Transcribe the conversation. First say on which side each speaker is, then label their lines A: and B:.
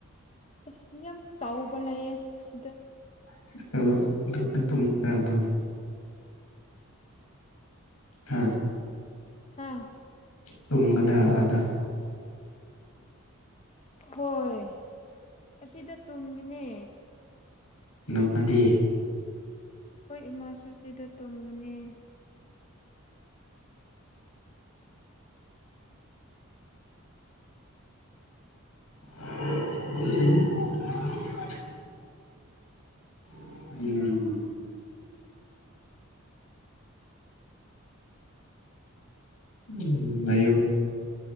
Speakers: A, on the left (about 30°); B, on the left (about 80°).
A: ꯑꯦ ꯁꯤ ꯌꯥꯝ ꯆꯥꯎꯕ ꯂꯩꯌꯦ ꯁꯤꯗ
B: ꯑꯁꯇꯨ ꯑꯗꯨ ꯇꯨꯝꯕꯔꯥ ꯅꯣꯏ ꯍꯥ
A: ꯑꯥ
B: ꯇꯨꯝꯒꯗ꯭ꯔꯥ ꯑꯥꯗ
A: ꯍꯣꯏ ꯑꯁꯤꯗ ꯇꯨꯝꯒꯅꯤ
B: <unintelligible>
A: ꯍꯣꯏ ꯏꯃꯥ ꯁꯨ ꯁꯤꯗ ꯇꯨꯝꯒꯅꯤ
B: <inaudible> <unintelligible> <unintelligible> ꯅꯌꯨꯝ